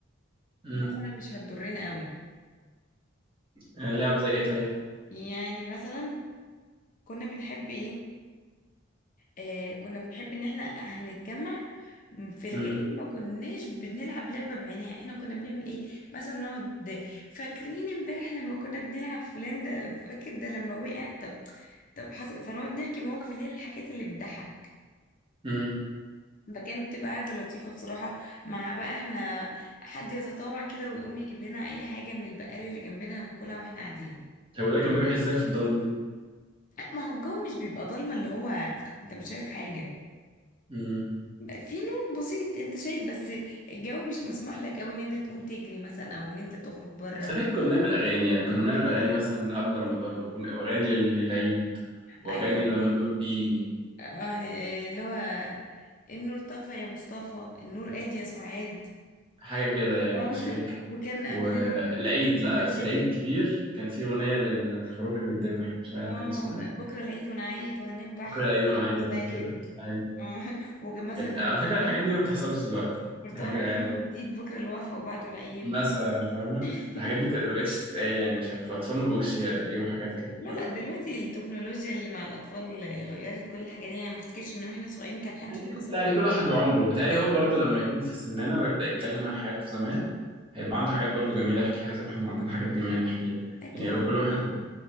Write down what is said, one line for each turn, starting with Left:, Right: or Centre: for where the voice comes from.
Right: امم
Left: مثلا مش هتضرنا قوي
Right: آه، لعب زي إيه طيب
Left: يعني مثلا كنا بنحب ايه آه كنا بنحب ان احنا هنتجمع في الغالب
Right: امم
Left: ما كناش بنلعب لعبة بعينها احنا كنا بنعمل ايه مثلا نقعد فاكرين امبارح لما كنا بنلعب فلان ده فاكر ده لما وقع طب طب حصل فنقعد نحكي مواقف اللي هي الحاجات اللي بتضحك
Right: امم
Left: فكانت بتبقى قاعدة لطيفة بصراحة مع بقى احنا حد يتطوع كده ويقوم يجيب لنا اي حاجة من البقال اللي جنبنا هناكلها واحنا قاعدين
Right: هو ده كان بيروح إزاي في الضلمة دي
Left: ما هو الجو مش بيبقى ضلمة اللي هو انت مش شايف حاجة
Right: امم
Left: في نور بسيط انت شايف بس الجو مش مسموح لك او ان انت تقوم تجري مثلا او ان انت تخرج بره
Right: بس فاكر كنا بنعمل أغاني يعني كنا بنعمل أغاني مثلا قبل رمضان وأغن- وأغاني لل- للعيد وأغاني
Left: ايوه
Right: لما النور بيجي
Left: آه، اللي هو النور طفى يا مصطفى النور قاد يا سعاد
Right: حاجة كده يعني
Left: اه
Right: مش
Left: <laughs>
Right: فاكر
Left: وكان قبل
Right: والعيد
Left: ال-
Right: لا
Left: قبل
Right: في العيد
Left: ال-
Right: الكبير كان في أغنية لل- للخروف اللي بيتذبح مش عارف
Left: اه
Right: كان اسمها ايه
Left: بكره العيد ونعيد وهنذبح
Right: بكرة العيد
Left: هنقول
Right: وأنا اه عايز
Left: سيد
Right: كده يعني
Left: اه <laughs> وكان مثلا
Right: كانت على
Left: يا برتقال
Right: فكرة الحاجات دي ما بتحصلش دلوقتي
Left: برتقال
Right: دي حاجة
Left: احمر
Right: يعني
Left: وجديد بكره الوفا وبعده العيد
Right: مثلا فاهمة
Left: <laughs>
Right: فالحاجات دي كانت ما بقتش تتقال يعني مش عارف الأطفال ما بقوش ي- يقولوا حاجات كده
Left: لا
Right: بقى-
Left: لا دلوقتي التكنولوجيا اللي مع الأطفال غيرت كل الحاجات دي يعني ما افتكرش إن واحنا صغيرين كان حد
Right: يعني
Left: فينا
Right: بتهيألي
Left: أصلا معانا
Right: كل واحد
Left: تليفون
Right: وعمره بتهيألي هو برضو لما يكون في سننا ويبدأ يتكلم عن حياته زمان هيبقى عنده حاجات برضو جميلة يحكيها زي ما احنا عندنا حاجات جميلة نحكيها
Left: أكيد
Right: يعني هو كل واحد